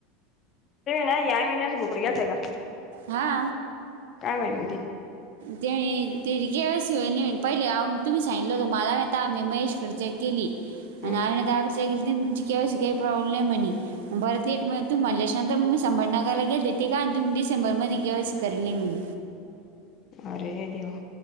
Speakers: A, on the left; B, on the right.
A: ते ना या महिन्याच भोकडी ग्याल ते का
B: हा
A: काय माहि म्हणते
B: त्या त्या गॅव शिवली पहिले ह तम् सांगितललं तर मालाा येताम्ही महेशकडेच्याक केली आणि
A: हं.
B: आईने दागड ग तुमची केव काही प्रॉब्लेम नाही म्हणे ग परत एक तू म्हणल्याश नंतर मी संंभरनगराला गेले ते का तुम्ही डिसेंबर मध्ये ग केवस करल नाही म्हण
A: अरे देव